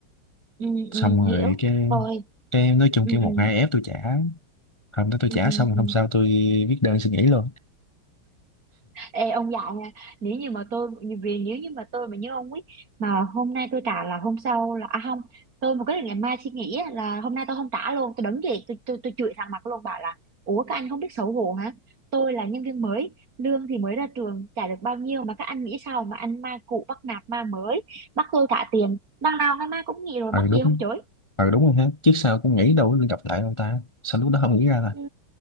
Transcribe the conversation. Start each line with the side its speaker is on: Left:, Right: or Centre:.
Right: ừ
Left: xong
Right: ừ hiểu
Left: rồi cái
Right: thôi
Left: cái nói chung
Right: ừ
Left: kiểu
Right: ừ
Left: một hai ép tôi trả hôm đó tôi
Right: Ừ,
Left: trả
Right: ừ,
Left: xong
Right: ừ.
Left: hôm sau tôi viết đơn xin nghỉ luôn
Right: Ê, ông dạy nha nếu như mà tôi vì nếu như mà tôi mà như ông ấy mà hôm nay tôi trả là hôm sau là à không tôi mà quyết định ngày mai suy nghĩ á, là hôm nay tôi không trả luôn tôi đứng dậy tôi tôi tôi chửi thẳng mặt luôn bảo là ủa các anh không biết xấu hổ hả tôi là nhân viên mới lương thì mới ra trường trả được bao nhiêu mà các anh nghĩ sao mà anh ma cũ bắt nạt ma mới bắt tôi trả tiền đằng nào ngày mai cũng nghỉ rồi
Left: ờ
Right: mắc
Left: đúng
Right: gì không chửi
Left: ờ đúng rồi ha trước sau cũng nghĩ đâu có gặp lại ông ta sao lúc đó không nghĩ ra ta
Right: ừ.